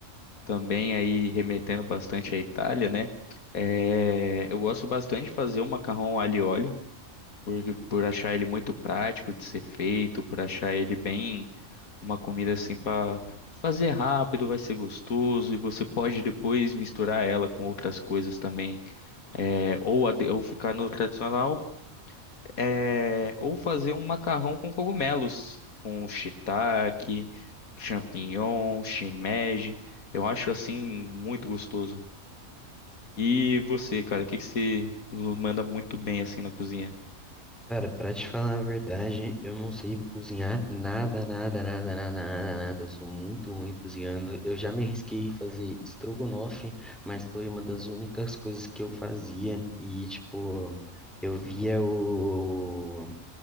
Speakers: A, on the left; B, in the centre.
A: Também aí remetendo bastante à Itália, né? É, eu gosto bastante de fazer o macarrão alho e óleo, por, por achar ele muito prático de ser feito, por achar ele bem Uma comida assim para fazer rápido, vai ser gostoso e você pode depois misturar ela com outras coisas também, é, ou, ade- ou ficar no tradicional, é, ou fazer um macarrão com cogumelos, com shiitake, champignon, shimeji. Eu acho assim muito gostoso. E você, cara, o que que você manda muito bem assim na cozinha?
B: Cara, pra te falar a verdade, eu não sei cozinhar nada, nada, nada, nada, nada, nada. Eu sou muito ruim cozinhando. Eu já me arrisquei a fazer estrogonofe, mas foi uma das únicas coisas que eu fazia e, tipo, eu via o